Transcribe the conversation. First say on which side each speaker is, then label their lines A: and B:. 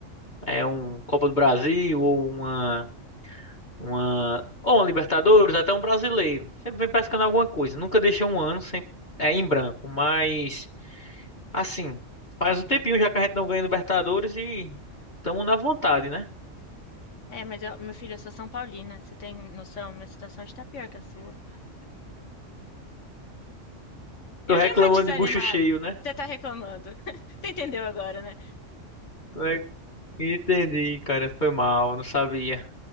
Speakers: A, on the left; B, on the left.
A: é um Copa do Brasil ou uma uma ou uma Libertadores, até um brasileiro. Sempre vem pescando alguma coisa. Nunca deixa um ano sem é, em branco, mas assim, faz um tempinho já que a gente não ganha Libertadores e estamos na vontade, né?
B: É, mas eu- meu filho, eu sou São Paulina, você tem noção? Minha situação está pior que a sua. Eu
A: Tô reclamando
B: dei uma desanimada.
A: de bucho cheio, né?
B: Você tá reclamando. <laughs> Você entendeu agora, né?
A: Tô re- Entendi, cara, foi mal, não sabia.